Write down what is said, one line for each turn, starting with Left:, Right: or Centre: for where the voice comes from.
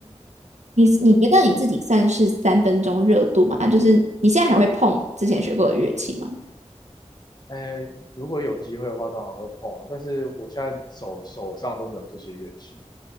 Right: 你你觉得你自己算是三分钟热度吗？就是你现在还会碰之前学过的乐器吗？
Left: 哎，如果有机会的话，当然会碰啊。但是我现在手手上都没有这些乐器，